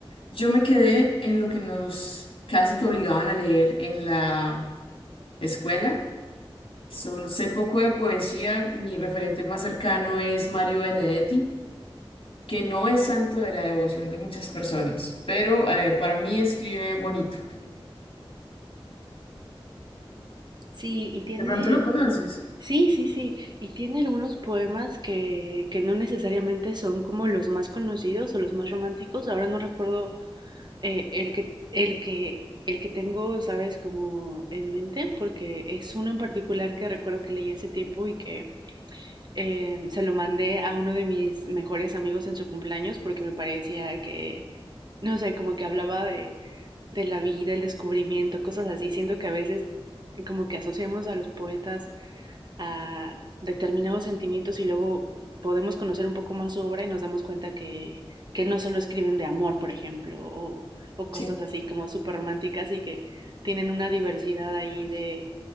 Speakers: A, on the left (about 65°); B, on the right (about 45°).
A: yo me quedé en lo que nos casi que obligaban a leer en la escuela. So- sé poco de poesía. Mi referente más cercano es Mario Benedetti, que no es santo de la devoción de muchas personas, pero eh, para mí escribe bonito.
B: Sí, y tiene,
A: De pronto lo conoces.
B: sí, sí, sí, y tiene algunos poemas que, que no necesariamente son como los más conocidos o los más románticos. Ahora no recuerdo eh, el que, el que, el que tengo, ¿sabes? Como en mente, porque es uno en particular que recuerdo que leí hace tiempo y que eh, se lo mandé a uno de mis mejores amigos en su cumpleaños porque me parecía que, no sé, como que hablaba de, de la vida, el descubrimiento, cosas así. Siento que a veces como que asociamos a los poetas a determinados sentimientos y luego podemos conocer un poco más su obra y nos damos cuenta que, que no solo escriben de amor, por ejemplo, o, o cosas
A: Sí.
B: así como súper románticas y que tienen una diversidad ahí de,